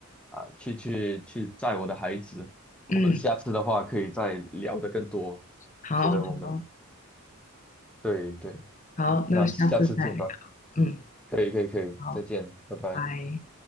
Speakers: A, in the centre; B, on the left.
A: 啊、去去去载我的孩子，我们下次的话可以再聊得更多。
B: 嗯，好，
A: 觉得我们
B: 好，
A: 对对，
B: 好，
A: 那下次见吧，
B: 那下次再聊。嗯，
A: 可以可以可以，
B: 好，
A: 再见，拜拜。
B: 拜拜。